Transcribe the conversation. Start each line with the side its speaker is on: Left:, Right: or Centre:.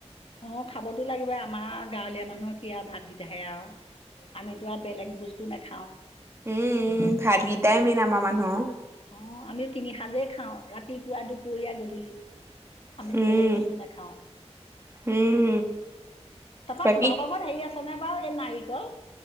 Left: অ খাবতো লাগিবই আমা গাঁৱলীয়া মানুহৰ কি আ ভাতকেইটাহে আউ আমিতো আও বেলেগ বস্তু নেখাওঁ
Right: উম উম ভাতকেইটাই মেইন আমাৰ মানুহ
Left: অ আমি তিনি সাজেই খাওঁ ৰাতিপুৱা দুপৰীয়া গধূলি আমিতো
Right: উম,
Left: বেলেগ বস্তু নেখাও
Right: উম,
Left: তাপা
Right: বাকী
Left: তোমালোক ঘত হেৰি আছে নে বাও এই নাৰিকল